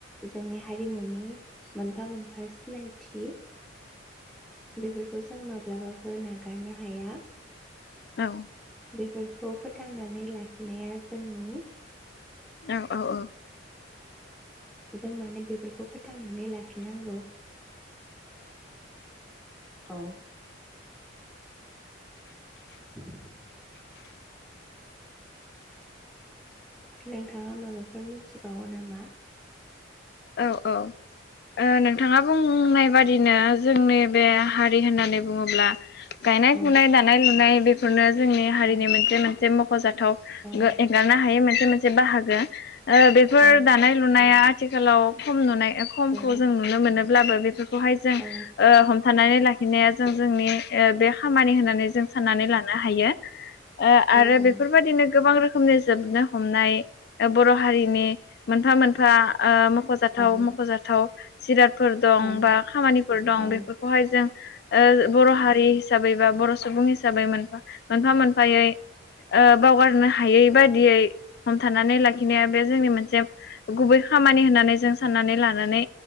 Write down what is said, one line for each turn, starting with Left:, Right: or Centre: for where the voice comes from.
Centre: जोंनि। हारिमुनि मोनफा मोनफा सिनायथि। बेफोरखौ जों माब ब्लाबाबो नागारनो हाया।
Left: औ।
Centre: बेफोरखौ फोथांनानै लाखिनाया जोंनि
Left: औ औ औ।
Centre: जों माने बेफ फोरखौ फोथांनानै लाखिनांगौ। औ। <inaudible> नोंथाङा माबाफोर मिथिबावो नामा?
Left: औ औ ओह नोंथाङा बुंनाय बादिनो जोंनि बे हारि होननानै बुङोब्ला गायनाय
Centre: औ
Left: फुनाय दानाय लुनाय। बेफोरनो। जोंनि हारिनि
Centre: औ
Left: मोनसे मोनसे मख खजाथाव
Centre: औ
Left: गो-एंगारनो हायै मोनसे मोनसे बाहागो। ओह बेफोर
Centre: औ
Left: दानाय लुनाया आथिखालाव खम नुनाय। खमखौ
Centre: औ
Left: जों नुनो मोनो ब्लाबो बेफोरख खौहाय जों
Centre: औ
Left: ओह हम थानानै लाखिनाया जों जोंनि ओ बे। खामानि होननानै जों साननानै लाना नो हायो। ओ
Centre: औ
Left: आरो बेफोरबायदिनो गोबां रोखोम रोखोमनि जोबनो हमनाय ओ बर' हारिनि मोनफा मोनफा ओह मख मख'जाथाव
Centre: औ
Left: मख'जाथाव जिराद फोर दं
Centre: औ
Left: बा खामानिफोर दं
Centre: औ नोंथां
Left: बेफोरखौहाय जों ओ बर' हारि हिसाबै बा बर' सुबुं हिसाबै मोनफा मोनफा मोनफायै ओ बावगारनो हायै बादियै हमथानानै लाखिनायाब बे जोंनि मोनसे गुबै खामानि होननानै जों साननानै लानानै